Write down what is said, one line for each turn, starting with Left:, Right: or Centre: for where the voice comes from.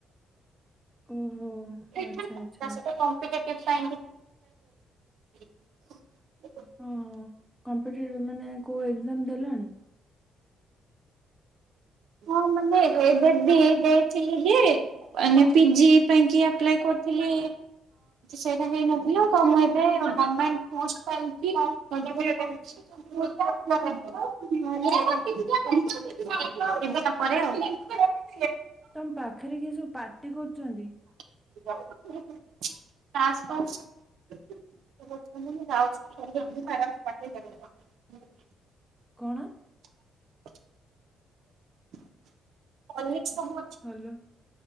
Centre: ଓହୋ
Right: ସେଟା
Centre: ଆଚ୍ଛା ଆଚ୍ଛା
Right: କ ସେପାଇ <inaudible>
Centre: ଓୋ କମ୍ପ୍ୟୁଟର ମାନେ କୋଉ ଏକ୍ଜାମ ଦେଲନି।
Right: ହଁ ମାନେ ଏବେ ଦେଇଥିଲି ଯେ ମାନେ ପିଜି ପାଇଁକି ଆପ୍ଲାଏ କରିଥିଲି ସେଇଟା ହେଇନଥିଲା ତ ମୁଁ ଏବେ ଗଭର୍ଣମେଣ୍ଟ ପୋଷ୍ଟ ପାଇଁ କି ପଢୁଛି। ଏବେ ନୁହଁ ପରେ ଆଉ।
Centre: ତମ ପାଖରେ କିଏ ସବୁ ପାର୍ଟି କରୁଛନ୍ତି।
Right: <inaudible>
Centre: କଣ।
Right: <inaudible> <inaudible> ସମ <inaudible>
Centre: ଭଲ